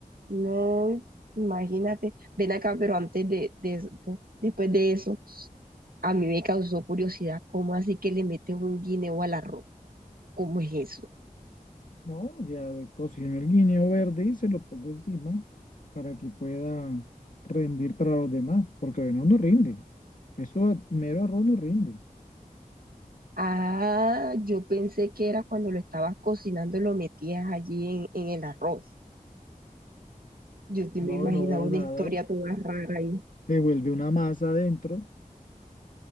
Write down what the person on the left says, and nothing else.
No, ya cocino el guineo verde y se lo pongo encima para que pueda rendir para los demás, porque no, no rinde. Eso mero arroz no rinde.
No,
no,
nada,
se vuelve una masa adentro,